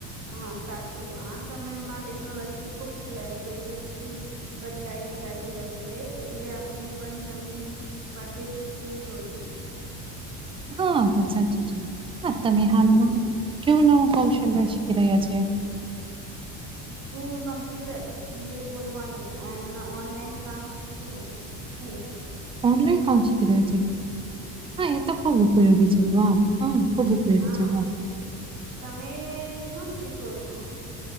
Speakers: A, on the right; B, on the right.
A: આ સાચું આ સમયમાં ટેકનોલોજી ખુબ તેજસ્થી બદલાઈ જાઈ રહી છે. એટલે આપણે પણ નવીન વાતે શીખવી જોઈએ.
B: હા બ સાચું છે. અ તમે
A: હમ
B: હાલમાં કેવું નવું કૌશલ્ય શીખી રહ્યા છે.
A: હું કમ્પ્યુટર ઈંગ્લિશ બોલવાનું <unintelligible> ઓનલાઈન કામ શીખી રહું હમ.
B: ઓનલાઈન કામ શીખી રહ્યા છે હા એ તો ખુબ ઉપયોગી છે વાહ હમ્મ ખુબ ઉપયોગી
A: હા
B: છે વાહ
A: તમે શું શીખો છો?